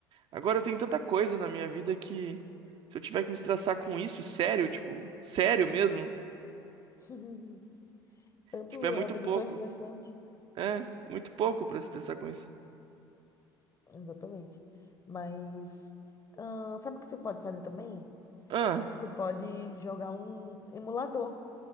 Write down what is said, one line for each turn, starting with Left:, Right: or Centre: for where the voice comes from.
Right: Agora eu tenho tanta coisa na minha vida que se eu tiver que me estressar com isso, sério, tipo, sério mesmo,
Left: <laughs> Tanto
Right: tipo, é muito
Left: a vida
Right: pouco.
Left: é tão estressante.
Right: É, muito pouco pra se estressar com isso.
Left: Exatamente. Mas ah, sabe o que você pode fazer também?
Right: Ah,
Left: Você pode jogar um emulador,